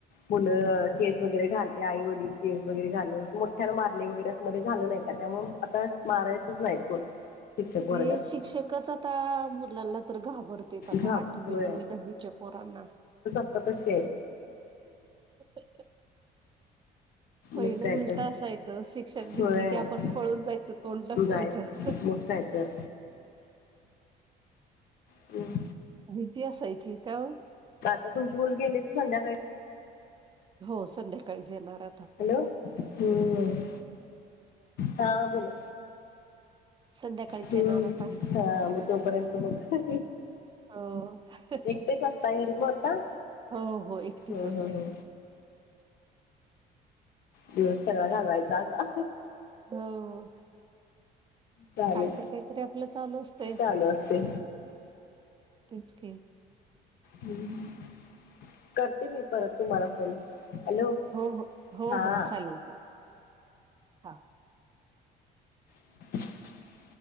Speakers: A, on the left; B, on the right.
A: मुलं केस वगैरे घालते आई वडील केस वगैरे घाल अस मोठ्यान मारले वगैरे असं मध्ये झालं नाही का त्यामु आता मारायचच नाही कोण? शिक्षक वर्गात
B: ते शिक्षकच आता मुलांना तर घाबरते आता
A: घाबरतोय
B: आठवी नववी दहावीच्या पोरांना
A: त तश
B: हो. पहिलं
A: मग काय
B: उलट
A: तर
B: असायचं शिक्षक दिसले
A: होय
B: की आपण पळून जायचं कोण ट फवायचं.
A: जायचं मग काय तर हम
B: भीती असायची का हो
A: तुमचे मुोल गेले तर संध्याकाळी
B: हो संध्याकाळीच येणार
A: हॅलो हम् हा बोला
B: संध्याकाळीच
A: हम्म
B: येणार आता.
A: हा मग तोपर्यंत मग
B: हो
A: एकटेच असता घरी मग आता
B: हो हो एकटीच
A: हम्म
B: असते
A: हम्म हम्म दिवस सर्व घालवायचा आ
B: होा
A: चालेल
B: काहीतरी काहीतरी आपलं चालू असतय
A: चालू असते
B: तेच की
A: ह करते मी परत तुम्हाला फोन हॅलो
B: हो हो हो
A: हा
B: हो चालेल चालेल हा.
A: <inaudible>